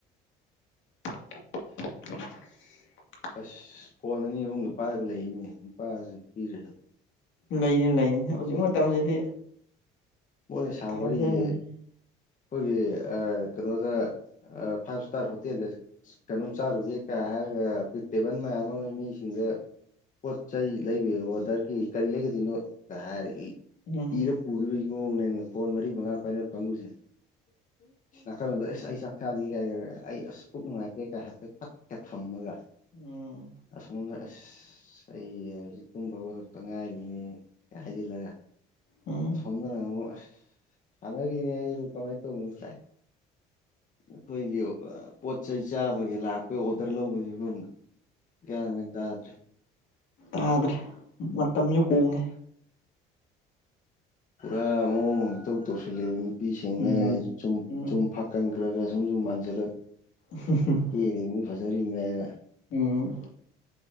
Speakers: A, on the left; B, on the left.
A: <unintelligible>
B: ꯑꯁ ꯐꯣꯟ ꯑꯅꯤ ꯑꯍꯨꯝꯒ ꯄꯥꯏꯕ ꯂꯩꯅꯦ ꯅꯨꯄꯥꯗꯁꯨ ꯅꯨꯄꯤꯗꯁꯨ
A: ꯂꯩꯅꯤ ꯂꯩꯅꯤ ꯍꯧꯖꯤꯛ ꯃꯇꯝꯁꯤꯗꯤ
B: ꯃꯣꯏꯅ ꯁꯥꯕ
A: ꯊꯥꯖꯔꯦ
B: ꯋꯥꯔꯤꯁꯦ ꯑꯩꯈꯣꯏꯒꯤ ꯀꯩꯅꯣꯗ ꯐꯥꯏꯚ ꯏꯁꯇꯥꯔ ꯍꯣꯇꯦꯜꯗ ꯀꯩꯅꯣꯝ ꯆꯥꯔꯨꯒꯦ ꯀꯥꯏ ꯍꯥꯏꯔꯒ ꯑꯩꯈꯣꯏ ꯇꯦꯕꯜ ꯃꯌꯥꯝ ꯑꯃ ꯃꯤꯁꯤꯡꯗ ꯄꯣꯠ ꯆꯩ ꯂꯩꯕꯤ ꯑꯣꯗꯔꯒꯤ ꯀꯔꯤ ꯂꯩꯒꯗꯣꯏꯅꯣ ꯀ ꯍꯥꯏꯔ ꯏ
A: ꯎꯝ
B: ꯏꯔ ꯄꯨꯈꯤꯕꯒꯤ ꯃꯑꯣꯡꯅꯦꯃ‌ꯦ ꯐꯣꯟ ꯃꯔꯤ ꯃꯉꯥ ꯄꯥꯏꯔ ꯀꯥꯡꯒꯨꯁꯦ ꯁꯤ ꯅꯥꯀꯜꯂꯝꯗ ꯑꯁ ꯑꯩ ꯆꯥꯛ ꯆꯥꯗꯔꯤ ꯀꯥꯏꯅ ꯑꯩ ꯑꯁ ꯄꯨꯛ ꯅꯨꯡꯉꯥꯏ ꯇ‌ꯦ ꯀ ꯍꯥꯏꯐ‌ꯦꯠ ꯐꯠꯀ ꯊꯝꯃꯒ
A: ꯎꯝ
B: ꯑꯁꯣꯝꯅ ꯑꯁ ꯑꯩ ꯍꯧꯖꯤꯛ ꯇꯨꯝꯕ ꯍꯧꯒꯠꯂꯛꯇ ꯉꯥꯏꯔꯤꯅꯦ ꯀ ꯍꯥꯏꯖꯤꯜꯂꯒ
A: ꯎꯝ
B: ꯁ‌ꯣꯝꯗꯅꯃꯨꯛ ꯑꯁ <unintelligible> ꯀꯃꯥꯏ ꯇꯧꯕꯅ‌ꯣ ꯀꯥꯏ ꯑꯩꯈꯣꯏꯒꯤ ꯄꯣꯠ ꯆꯩ ꯆꯥꯕꯒꯤ ꯂꯥꯛ ꯑꯈꯣꯏ ꯑꯣꯗꯔ ꯂꯧꯕꯒꯤ ꯔꯨꯝ ꯒ꯭ꯌꯥꯟꯃꯦꯟ ꯇꯥꯗ꯭ꯔꯦ
A: ꯌꯥꯗ꯭ꯔꯦ ꯃꯇꯝꯁꯦ ꯍꯣꯡꯉꯦ
B: ꯄꯨꯔꯥ ꯃꯑꯣꯡ ꯑꯃ ꯏꯇꯧ ꯇꯧꯁꯤꯜꯂꯛꯑꯦ ꯅꯨꯄꯤꯁꯤꯡꯅꯦꯅ
A: ꯎꯝ
B: ꯆꯨꯝ
A: ꯎꯝ
B: ꯆꯨꯝꯐꯛ ꯀꯪꯈ꯭ꯔꯒ ꯁꯨꯝ ꯁꯨꯝ ꯃꯥꯟꯁꯤꯜꯂꯛ
A: ꯍꯍꯨꯝ <unintelligible>
B: <inaudible> ꯐꯖꯔꯤꯝꯅꯦꯅ
A: ꯎꯝ